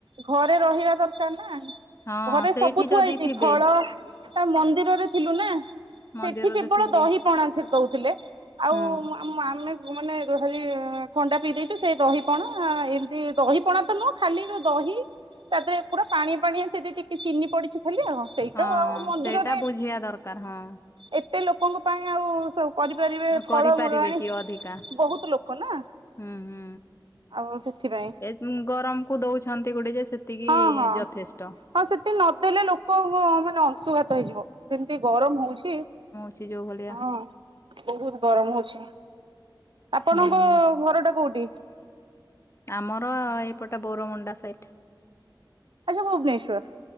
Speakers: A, on the right; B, on the left.
A: ଘରେ ରହିବା ଦରକାର ନା।
B: ହଁ
A: ଘରେ
B: ସେଇଠି
A: ସବୁ ଥୁଆ
B: ଯଦି
A: ହେଇଛି
B: ଥିବେ
A: ଫଳ ତା ମନ୍ଦିରରେ ଥିଲୁ ନା।
B: ମନ୍ଦିରରେ
A: ସେଠି କେବଳ
B: ଥିଲେ
A: ଦହି ପଣା ସେଠି ଦଉଥିଲେ ଆଉ
B: ହୁଁ
A: ଆଉ ଆମେ ମାନେ ହେଲି ଥଣ୍ଡା ପିଇ ଦେଇଛୁ ସେଇ ଦହିପଣା ଏମିତି ଦହିପଣା ତ ନୁହଁ ଖାଲି ର ଦହି ତାପହରେ ପୁରା ପାଣିଆ ପାଣିଆ ସେଠି ଟିକେ ଚିନି ପଡିଛି ଖାଲି ଆଉ। ସେଇଟା
B: ହଁ
A: ଆଉ ମନ୍ଦିରରେ
B: ସେଇଟା ବୁଝିବା ଦରକାର ହଁ।
A: ଏତେ ଲୋକଙ୍କ ପାଇଁ ଆଉ ସବୁ କରିପାରିବେ ଫଳମୂଳ
B: କରିପାରିବେ
A: ଆଣି
B: କି ଅଧିକା।
A: ବହୁତ ଲୋକ ନା।
B: ହୁଁ ହୁଁ।
A: ଆଉ ସେଥିପାଇଁ।
B: ହୁଁ ଗରମ କୁ ଦଉଛନ୍ତି ଗୋଟେ ଯେ ସେତିକି
A: ହଁ ହଁ।
B: ଯଥେଷ୍ଟ।
A: ହଁ ସେଠି ନଦେଲେ ଲୋକ ମାନେ ଅଂଶୁଘାତ ହେଇଯିବ ଯେମିତି ଗରମ ହଉଛି।
B: ଅଛି ଯୋଉ ଭଳିଆ।
A: ହଁ ବହୁତ ଗରମ ହଉଛି, ଆପଣଙ୍କ
B: ହୁଁ ହୁଁ
A: ଘର ଟା କୋଉଠି?
B: ଆମର ଏପଟେ ବୋରମୁଣ୍ଡା ସାଇଟା।
A: ଆଚ୍ଛା ଭୁବନେଶ୍ୱର।